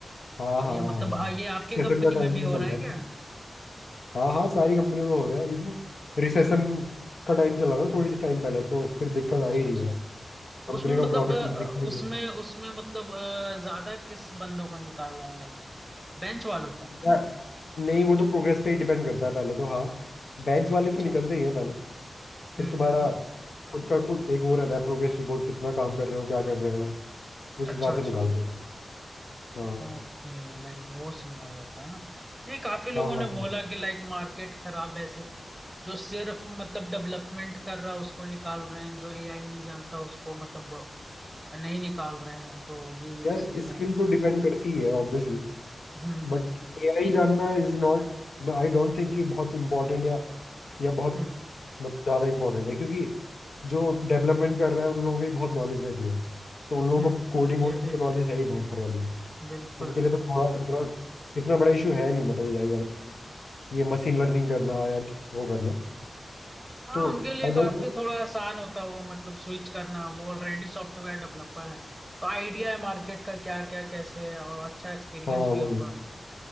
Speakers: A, on the left (about 65°); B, in the centre.
A: हाँ
B: तो
A: हाँ
B: ये
A: हाँ
B: मतलब आ, ये आपके
A: रिसेशन
B: कंपनी
A: का
B: में
A: टाइम
B: भी हो
A: भी चल
B: रहा
A: रहा
B: है
A: है
B: क्या
A: ना हाँ हाँ सारी कंपनी में हो रहा है अभी तो रिसेशन का टाइम चला था थोड़ी टाइम पहले तो फिर दिक्कत
B: अच्छा
A: आ ही रही
B: अच्छा
A: है
B: तो
A: कंपनी
B: उसमें मतलब
A: का प्रॉफिट
B: अ,
A: कुछ दिख नहीं
B: उसमें
A: रहा है।
B: उसमें मतलब अ, ज्यादा किस बंदों को निकाला है लाइक बेंच वालों को
A: यार नहीं वो तो प्रोग्रेस पे ही डिपेंड करता है पहले तो हाँ बेंच वाले
B: अच्छा
A: तो निकलते ही हैं पहले फिर
B: हम्म
A: तुम्हारा
B: हम्म हम्म
A: खुद का खुद एक वो रहता है प्रोग्रेस रिपोर्ट कितना काम कर रहे हो क्या कर रहे हो उस
B: अच्छा
A: हिसाब से
B: अच्छा
A: निकालते हैं हाँ
B: ओके लाइक वो सीन हो जाता है ना नहीं काफी लोगों
A: हाँ हाँ
B: ने
A: हाँ।
B: बोला कि लाइक मार्केट खराब है सिर्फ जो सिर्फ मतलब डेवलपमेंट कर रहा है उसको निकाल रहे हैं जो एआई नहीं जानता उसको मतलब नहीं निकाल रहे हैं तो ये
A: यार
B: ये सीन
A: स्किल
B: है
A: तो डिपेंड करती ही है ऑब्वियसली
B: हम्म
A: बट
B: हम्म
A: एआई जानना is not I don't think कि बहुत इंपॉर्टेंट या या बहुत
B: हम्म
A: मत ज़्यादा इंपॉर्टेंट है क्योंकि जो डेवलपमेंट कर रहा है उन लोगों को भी बहुत नॉलेज रहती है तो उन लोगों
B: हम्म
A: को
B: हम्म,
A: कोडिंग
B: ये
A: वोडिंग
B: भी
A: तो
B: है
A: नॉलेज है ही भयंकर वाली
B: बिल्कुल
A: उनके
B: बिल्कुल
A: लिए तो थोड़ा
B: भाई
A: इतना इतना बड़ा इशू है नहीं मतलब एआई वाला ये मशीन लर्निंग करना या वो करना
B: हाँ
A: तो
B: उनके लिए
A: आई
B: काफी
A: डोंट
B: थोड़ा आसान होता होगा मतलब स्विच करना वो ऑलरेडी सॉफ्टवेयर डेवलपर है तो आइडिया है मार्केट का क्या क्या कैसे है और अच्छा एक्सपीरियंस
A: हाँ
B: भी
A: वही
B: होगा